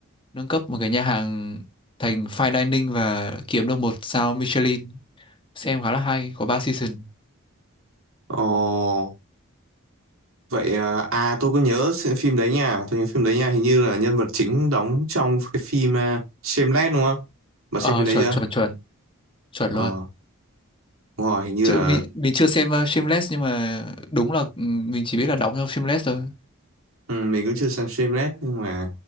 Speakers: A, on the left; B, on the right.
A: nâng cấp một cái nhà hàng thành fine dining và kiếm được một sao Michelin xem khá là hay có 3 season
B: Ồ, vậy à, à tôi có nhớ xem phim đấy nha, tôi nhớ phim đấy nha, hình như là nhân vật chính đóng trong cái phim uh, Shameless đúng không? Bà
A: ờ
B: xem phim đấy
A: chuẩn
B: chưa?
A: chuẩn chuẩn chuẩn
B: Ờ,
A: luôn
B: đúng rồi, hình như
A: chứ
B: là
A: mình mình chưa xem uh, Shameless nhưng mà đúng là ừ, mình chỉ biết là đóng trong Shameless thôi
B: ừ, mình cũng chưa xem Shameless nhưng mà